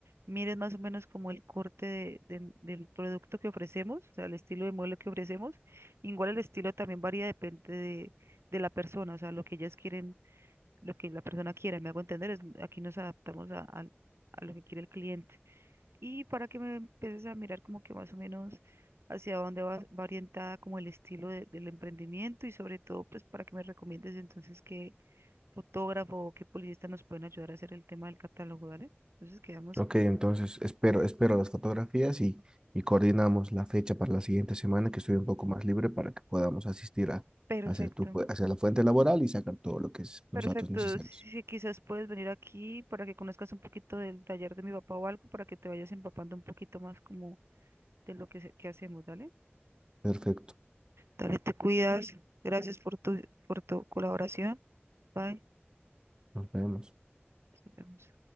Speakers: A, on the right (about 80°); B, on the right (about 20°).
A: mires más o menos como el corte de- de- del producto que ofrecemos, o sea, el estilo de modelo que ofrecemos. Igual el estilo también varía, depende de, de la persona, o sea, lo que ellas quieren, lo que la persona quiera, me hago entender, es, aquí nos adaptamos a, al a lo que quiere el cliente y para que me empieces a mirar como que más o menos hacia dónde va, va orientada como el estilo de- del emprendimiento y sobre todo pues para que me recomiendes entonces qué fotógrafo o qué publicista nos pueden ayudar a hacer el tema del catálogo, ¿vale? Entonces quedamos
B: Ok, entonces espero, espero las fotografías y, y coordinamos la fecha para la siguiente semana que estoy un poco más libre para que podamos asistir a,
A: perfecto.
B: a hacer tu, fu- hacia la fuente laboral y sacar todo lo que es los
A: Perfecto,
B: datos necesarios.
A: sí, sí, quizás puedes venir aquí para que conozcas un poquito del taller de mi papá o algo, para que te vayas empapando un poquito más como de lo que, se- que hacemos, ¿dale?
B: Perfecto,
A: Dale, te cuidas. Gracias por tu, por tu colaboración. Bye.
B: nos vemos.
A: Nos vemos.